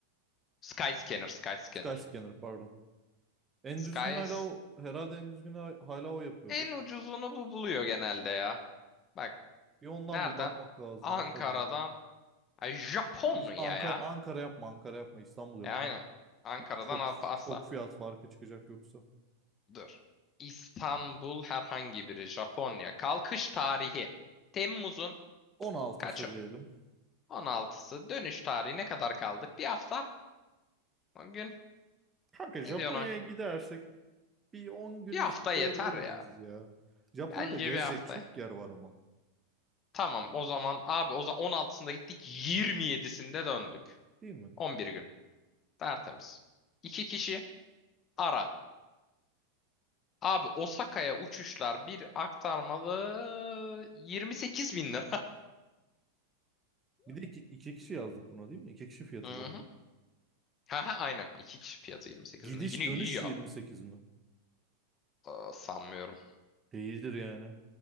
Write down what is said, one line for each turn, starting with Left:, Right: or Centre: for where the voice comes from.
Left: Skyscanner, Skyscanner.
Right: Skyscanner pardon. En
Left: Skys
Right: düzgün hala o, herhalde en düzgün ha- hala o yapıyordur.
Left: en ucuzunu bu buluyor genelde ya. Bak
Right: Bir ondan
Left: nereden?
Right: bir bakmak lazım
Left: Ankara'dan.
Right: bakalım. bir.
Left: Ay, Japonya
Right: İş- Ankara
Left: ya.
Right: Ankara yapma Ankara yapma İstanbul yap
Left: E aynen.
Right: lan.
Left: Ankara'dan
Right: Bir- Çok
Left: Alp- asla.
Right: çok fiyat farkı çıkacak yoksa.
Left: Dur. İstanbul herhangi biri. Japonya. Kalkış tarihi. Temmuz'un
Right: 16'sı
Left: kaçı?
Right: diyelim.
Left: 16'sı. Dönüş tarihi ne kadar kaldık? Bir hafta. 10 gün.
Right: Kanka Japonya'ya
Left: Ne diyorsun o?
Right: gidersek bir 10 gün
Left: Bir hafta
Right: zorlayabilir
Left: yeter ya.
Right: miyiz ya? Japonya'da
Left: Bence
Right: gezecek
Left: bir hafta.
Right: çok yer var ama.
Left: Tamam o zaman abi o zaman 16'sında gittik 27'sinde döndük.
Right: Değil mi?
Left: 11 gün. Tertemiz. İki kişi ara. Abi Osaka'ya uçuşlar bir aktarmalı 28 bin lira.
Right: Bir de iki, iki kişi yazdık buna değil mi? İki kişi fiyatı
Left: <laughs> Hı
Right: bu ama.
Left: hı. Ha aynen. İki kişi fiyatı 28
Right: Gidiş
Left: bin lira. Yine
Right: dönüş
Left: iyi ya.
Right: 28 mi?
Left: Aa, sanmıyorum.
Right: Değildir yani.